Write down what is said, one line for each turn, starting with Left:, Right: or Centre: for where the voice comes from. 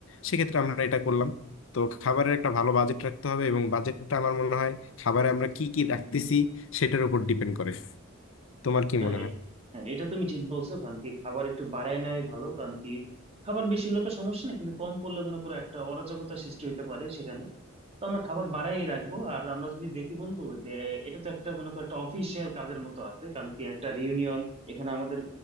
Left: সেক্ষেত্রে আমরা এটা করলাম তো খাবারের একটা ভালো বাজেট রাখতে হবে এবং বাজেটটা আমার মনে হয় খাবারে আমরা কি কি রাখতেছি সেটার উপর ডিপেন্ড করে তোমার কি
Right: হ্যাঁ
Left: মনে
Right: এ-
Left: হয়
Right: হ্যাঁ এটা তুমি ঠিক বলছো কারণ কি খাবার একটু বাড়ায় নেয় ভালো কারণ কি খাবার বেশি হলে তো সমস্যা নেই কিন্তু কম পড়লে মনে করো একটা অরাজকতা সৃষ্টি হতে পারে সেখানে তো আমরা খাবার বাড়াই রাখবো আর আমরা যদি দেখি বন্ধু যে এটা তো একটা মনে করো একটা অফিসিয়াল কাজের মতো আছে কারণ কি একটা রিউনিয়ন এখানে আমাদের